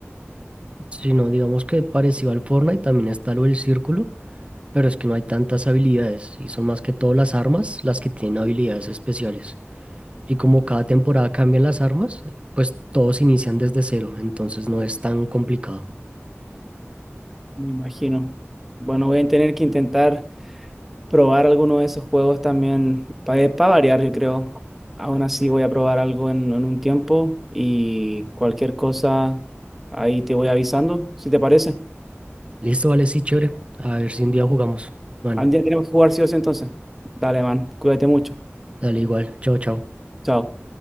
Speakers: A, on the right; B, in the centre.
A: Si no, digamos que parecido al Fortnite también está lo del círculo, pero es que no hay tantas habilidades y son más que todo las armas las que tienen habilidades especiales. Y como cada temporada cambian las armas, pues todos inician desde cero, entonces no es tan complicado.
B: Me imagino. Bueno, voy a tener que intentar probar alguno de esos juegos también para variar, yo creo. Aún así voy a probar algo en, en un tiempo y cualquier cosa ahí te voy avisando, si te parece.
A: Listo, vale, sí, chévere. A ver si un día jugamos. Bueno,
B: Al día tenemos que jugar sí o sí entonces. Dale, man, cuídate mucho.
A: dale igual. Chao, chao.
B: Chao.